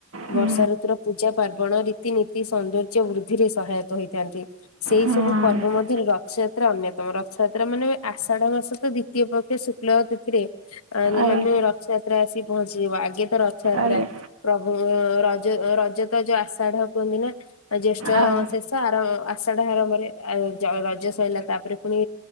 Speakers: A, on the right; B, on the left.
A: ହୁଁ
B: ବର୍ଷା ଋତୁର ପୂଜା ପାର୍ବଣ ରୀତିନୀତି ସୌନ୍ଦର୍ଯ୍ୟ ବୃଦ୍ଧିରେ ସହାୟତା ହୋଇଥାନ୍ତି ସେଇ
A: ହଁ
B: ସବୁ ପର୍ବ ମଧ୍ୟରେ ରଥଯାତ୍ରା ଅନ୍ୟତମ ରଥଯାତ୍ରା ମାନେ ଆଷାଢ ମାସ ତ ଦ୍ଵିତୀୟ ପକ୍ଷ ଶୁକ୍ଲ ତିଥିରେ ଆମେ
A: ଆଜ୍ଞା
B: ମାନେ ରଥଯାତ୍ରା ଆସିିକି ପହଞ୍ଚିଯିବ ଆଗେ ତ ରଥଯାତ୍ରା।
A: ଆଜ୍ଞା
B: ପ୍ରଭୁ ରଜ ରଜ ତ ଯ ଆଷାଢ କୁହନ୍ତି ନା ଜ୍ୟେଷ୍ଠ
A: ଆଉ
B: ସେସ୍‌ ଆର ଆଷାଢା ଆରମ୍ଭରେ ଆଉ ଜ ରଜ ସରିଲା ତାପରେ ପୁଣି